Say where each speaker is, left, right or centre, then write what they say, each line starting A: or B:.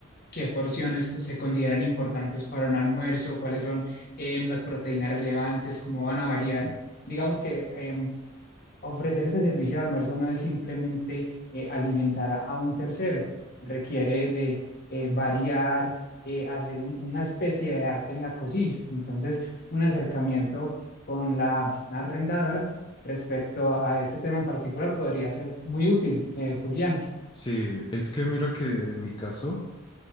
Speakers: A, on the left; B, on the left.
A: qué porciones se consideran importantes para un almuerzo, cuáles son eh, las proteínas relevantes, cómo van a variar. Digamos que eh, ofrecer este servicio de almuerzo no es simplemente eh, alimentar a, a, un tercero, requiere de eh, variar, eh, hacer un, una especie de arte en la cocina. Entonces, un acercamiento con la arrendadora respecto a este tema en particular podría ser muy útil, eh, Julián.
B: Sí, es que mira que en mi caso,